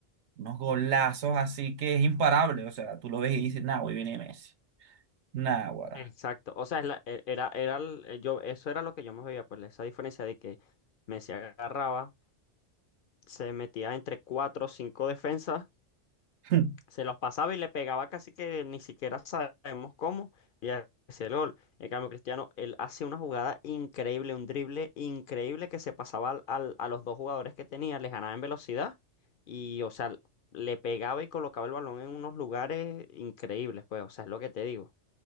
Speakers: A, on the right (about 70°); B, on the left (about 55°).
A: Unos golazos así que es imparable. O sea, tú lo ves y dices, nah, hoy viene Messi. Nah, guará.
B: Exacto, o sea, es la- e- era, era, el- eh, yo, eso era lo que yo me veía, pues esa diferencia de que Messi agarraba. se metía entre cuatro o cinco defensas,
A: <laughs>
B: se los pasaba y le pegaba casi que ni siquiera sabemos cómo, y hacía el gol. En cambio, Cristiano, él hace una jugada increíble, un drible increíble que se pasaba al- al- a los dos jugadores que tenía, les ganaba en velocidad y, o sea, le pegaba y colocaba el balón en unos lugares increíbles, pues, o sea, es lo que te digo.